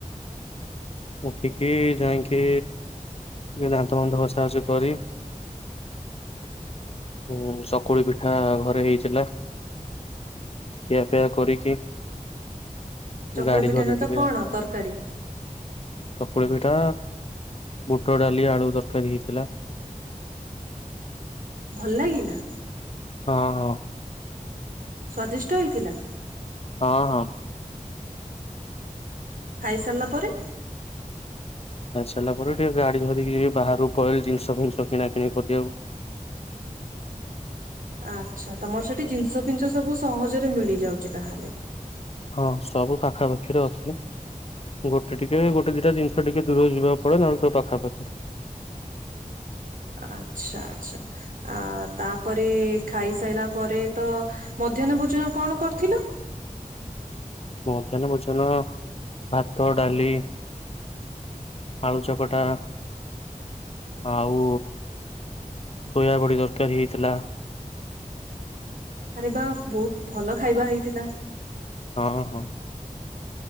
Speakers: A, on the left; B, on the right.
A: ଉଠିକି ଯାଇଁକି ଦାନ୍ତ ଫାନ୍ତ ଘଷା ଘଷି କରି ହୁଁ ଚକୁଳି ପିଠା ଘରେ ହେଇଥିଲା। ଖିଆ ପିଆ କରିକି
B: ଚକୁଳ
A: ଗାଡି
B: ପିଠା
A: ଧରି
B: ସହିତ
A: ଟିକେ
B: କଣ ତରକାରୀ?
A: ଚକୁଳି ପିଠା ବୁଟ ଡାଲି ଆଳୁ ତରକାରୀ ହେଇଥିଲା।
B: ଭଲ ଲାଗିଲା?
A: ହଁ-ହଁ।
B: ସ୍ଵାଦିଷ୍ଟ ହେଇଥିଲା?
A: ହଁ-ହଁ।
B: ଖାଇସାରିଲା ପରେ?
A: ଖାଇସାରିଲା ପରେ ଟିକେ ଗାଡି ଧରିକି ଏଇ ବାହାରକୁ ପଳେଇଲି ଜିନିଷ ଫିନିଷ କିଣା କିଣି କରିଆକୁ।
B: ଆଚ୍ଛା ତମର ସେଠି ଜିନିଷ ଫିିନିଷ ସବୁ ସହଜରେ ମିଳି ଯାଉଛି ତାହେଲେ।
A: ହଁ ସବୁ ପାଖାପାଖିରେ ଅଛି। ଗୋଟେ ଟିକେ ଗୋଟେ ଦିଟା ଜିନଷ ଟିକଏ ଦୂରକୁ ଯିବାକୁ ପଡ଼େ, ନାହେଲେ ସବୁ ପାଖାପାଖି।
B: ଆଚ୍ଛା-ଆଚ୍ଛା। ଆ ତାପରେ ଖାଇସାଇଲା ପରେ ତ ମଧ୍ୟାହ୍ନ ଭୋଜନ କଣ କରିଥିଲ?
A: ମଧ୍ୟାହ୍ନ ଭୋଜନ ଭାତ, ଡାଲି ଆଳୁ ଚକଟା ଆଉ ଶୋୟା ବଡି ତରକାରୀ ହେଇଥିଲା।
B: ଆରେ ବା ବହୁତ୍ ଭଲ ଖାଇବା ହେଇଥିଲା।
A: ହଁ-ହଁ।